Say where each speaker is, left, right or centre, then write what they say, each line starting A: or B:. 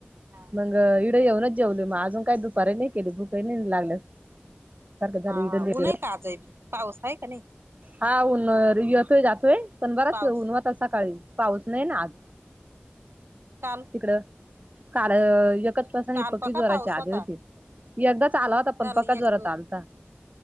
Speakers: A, on the right; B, on the right.
A: हा हा
B: मग इडं येऊनच जेवले मग अजून काही दुपारीही नाही केली भूकही नाही लागल्या. सारखं झालं
A: हा
B: इडली
A: हा ऊन नाही काजब पाऊस हाय का नाही.
B: हा उन येतोय जातोय पण बराच
A: पाऊस
B: उन होतो सकाळी पाऊस नाही ना आज.
A: काम.
B: <unintelligible> पकी
A: काल पका
B: जोराची
A: पाऊस
B: आधी
A: होता
B: होती एकदाच आला होता पण
A: काल
B: पक्का
A: एक
B: जोरात आलता.